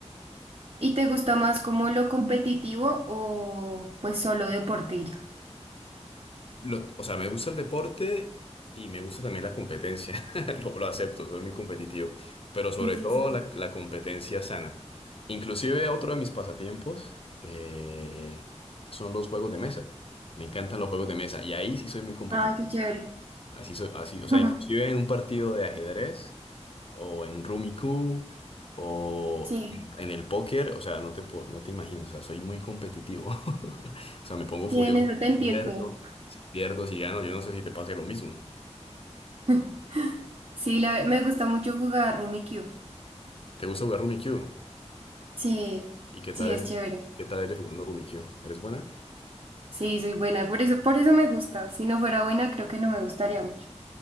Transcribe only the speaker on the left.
lo- o sea, me gusta el deporte y me gusta también la competencia. <laughs> Lo, lo acepto, soy muy competitivo, pero sobre
todo
la, la competencia sana. Inclusive otro de mis pasatiempos eh, son los juegos de mesa. Me encantan los juegos de mesa y ahí sí soy muy competitivo.
Así soy, así, o sea,
inclusive en un partido de ajedrez o en Rummy Cube, o
en, en el póker, o sea, no te, po- no te imaginas, o sea, soy muy competitivo. <laughs> O sea, me pongo
furioso
si
pierdo, si pierdo, si gano, yo no sé si te pase lo mismo.
¿Te gusta jugar Rummy Cube?
¿Y qué
tal
eres,
qué tal eres jugando Rummy Cube? ¿Eres buena?